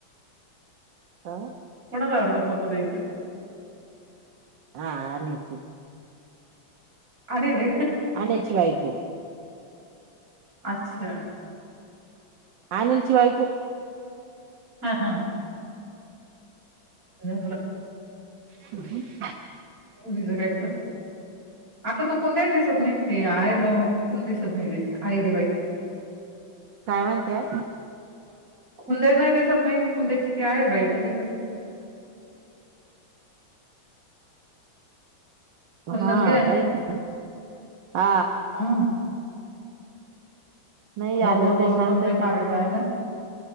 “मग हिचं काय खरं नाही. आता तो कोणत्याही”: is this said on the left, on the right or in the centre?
Right